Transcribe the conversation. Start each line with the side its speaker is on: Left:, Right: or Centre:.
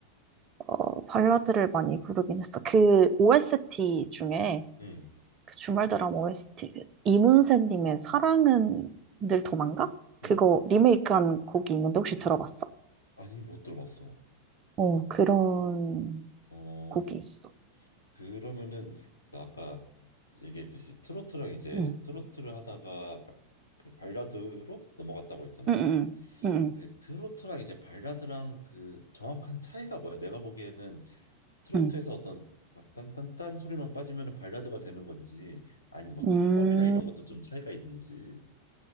Right: 어, 발라드를 많이 부르긴 했어. 그 OST 중에
Left: 음.
Right: 그 주말 드라마 OST 그 이문세님의 사랑은 늘 도망가? 그거
Left: 음.
Right: 리메이크한 곡이 있는데 혹시 들어봤어?
Left: 아니, 못 들어봤어.
Right: 어 그런
Left: 어.
Right: 곡이 있어.
Left: 그러면은 그 아까 얘기했듯이 트로트랑 이제
Right: 응,
Left: 트로트를 하다가 발, 그 발라드로 넘어갔다고 했잖아.
Right: 응, 응, 응, 응,
Left: 그 트로트랑 이제 발라드랑 그 정확한 차이가 뭐야? 내가 보기에는 트로트에서
Right: 응.
Left: 어떤 막 딴딴딴 소리만 빠지면은 발라드가 되는 건지 아니 뭐 창법이나
Right: 응.
Left: 이런
Right: 음,
Left: 것도 좀 차이가 있는지.